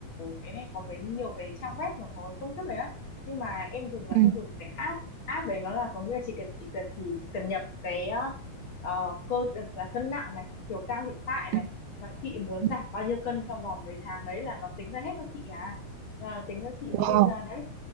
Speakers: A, on the left; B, on the right.
A: cái này có mấy nhiều cái trang web mà có cái công thức này đó nhưng mà em dùng là em
B: Ừ.
A: dùng cái app app đấy nó là có nghĩa là chỉ cần chị cần chỉ, chỉ cần nhập cái ờ, cơ là cân nặng này chiều cao hiện tại
B: ừ,
A: này và chị muốn
B: ừ.
A: giảm bao nhiêu cân trong vòng mấy tháng đấy là nó tính ra hết cho chị à là tính cho chị
B: Wow.
A: ví dụ là đấy